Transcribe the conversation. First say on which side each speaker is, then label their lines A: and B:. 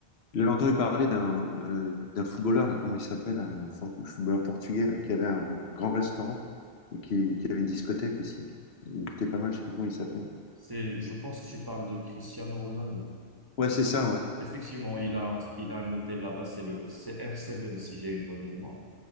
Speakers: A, on the left (about 70°); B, on the right (about 25°).
A: j'avais entendu parler d'un euh, d'un footballeur, là, comment il s'appelle, un for- footballeur portugais là, qui avait un grand restaurant et qui, qui avait une discothèque aussi. Il était pas mal, je sais plus comment il s'appelle.
B: C'est, je pense que tu parles de Cristiano Ronaldo.
A: Ouais, c'est ça, ouais.
B: Effectivement, il a, un- il a un hôtel là-bas, c'est le CR7, si j'ai une bonne mémoire.